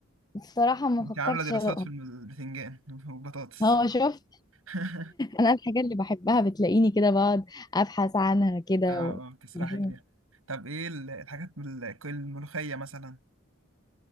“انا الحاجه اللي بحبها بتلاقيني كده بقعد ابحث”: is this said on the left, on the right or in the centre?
Left